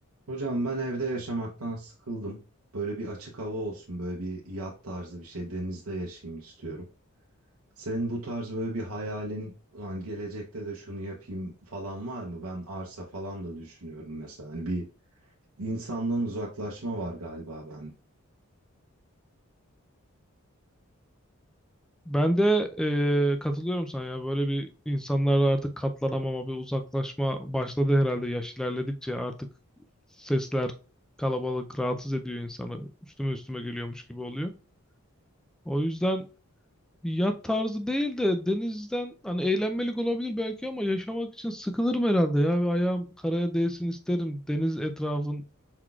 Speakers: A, on the right (about 80°); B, in the centre.
A: Hocam ben evde yaşamaktan sıkıldım. Böyle bir açık hava olsun, böyle bir yat tarzı bir şey denizde yaşayayım istiyorum. Senin bu tarz böyle bir hayalin, "Ulan gelecekte de şunu yapayım falan var mı? Ben arsa falan da düşünüyorum mesela. Hani bir insandan uzaklaşma var galiba bende.
B: Ben de eee, katılıyorum sana ya. Böyle bir insanlarla artık katlanamama, bir uzaklaşma başladı herhalde yaş ilerledikçe. Artık sesler, kalabalık rahatsız ediyor insanı. Üstüme üstüme geliyormuş gibi oluyor. O yüzden yat tarzı değil de denizden hani eğlenmelik olabilir belki ama yaşamak için sıkılırım herhalde ya. ve ayağım karaya değsin isterim. Deniz etrafın